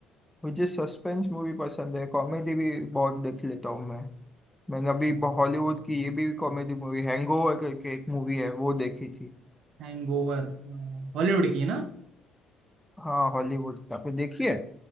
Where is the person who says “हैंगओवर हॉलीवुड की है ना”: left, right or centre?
Right